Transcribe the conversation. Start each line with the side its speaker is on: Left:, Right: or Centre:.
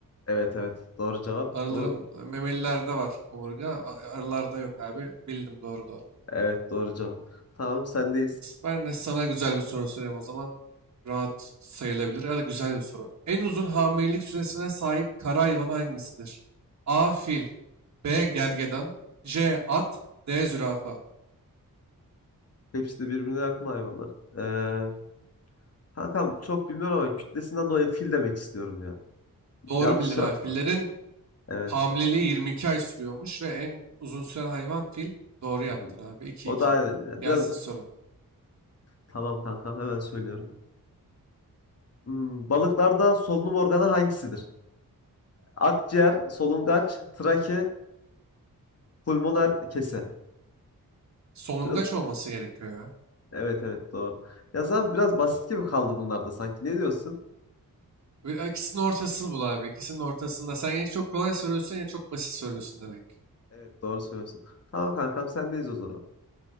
Left: Evet evet doğru cevap.
Right: Arıların
Left: Bu
Right: memelilerde var omurga. a- Arılarda yok abi. Bildim doğru doğru.
Left: evet doğru cevap. Tamam sendeyiz.
Right: Ben de sana güzel bir soru sorayım o zaman. Rahat sayılabilir ya da güzel bir soru. En uzun hamilelik süresine sahip kara hayvanı hangisidir? A. Fil B. Gergedan C. At D. Zürafa
Left: Hepsi de birbirine yakın hayvanlar. Ee, kankam çok bilmiyorum ama kütlesinden dolayı fil demek istiyorum ya.
Right: Doğru
Left: Yanlış
Right: bildin
Left: cevap
Right: abi. Fillerin
Left: mı? Evet.
Right: hamileliği 22 ay sürüyormuş ve en uzun süren hayvan fil. Doğru yaptın
Left: Hı hı.
Right: abi. 2-2.
Left: O da aynen. ya.
Right: Gelsin
Left: Biraz
Right: sorun.
Left: tamam kankam hemen söylüyorum. Hmm, balıklarda solunum organı hangisidir? Akciğer, solungaç, trake, pulmoner kese.
Right: Solungaç
Left: Biraz
Right: olması gerekiyor ya.
Left: evet evet doğru. Ya zaten biraz basit gibi kaldı bunlarda sanki. Ne diyorsun?
Right: Böyle ikisinin ortasını bul abi. İkisinin ortasında. Sen ya çok kolay soruyorsun ya çok basit soruyorsun demek.
Left: Evet doğru söylüyorsun. Tamam kankam sendeyiz o zaman.